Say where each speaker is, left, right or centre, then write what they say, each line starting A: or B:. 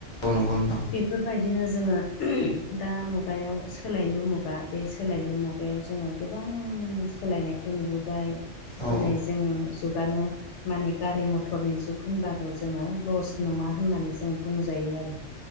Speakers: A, on the left; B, on the left.
A: नंगौ नोंथां
B: बेफोरबायदिनो जोंङो दा मुगायाव सोलायलु मुगा बे सोलायलु बेयाव जोंङो गोबां सोलायनायखौ नुबोबाय
A: औ
B: दिनै जों जुगानो माने गारि मथर टरनि जुग होनबाबो जोंङो लस नंङा होननानै जों बुंजायो आरो